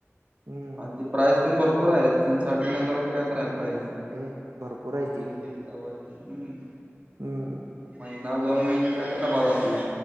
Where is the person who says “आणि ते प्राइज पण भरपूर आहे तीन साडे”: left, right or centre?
Right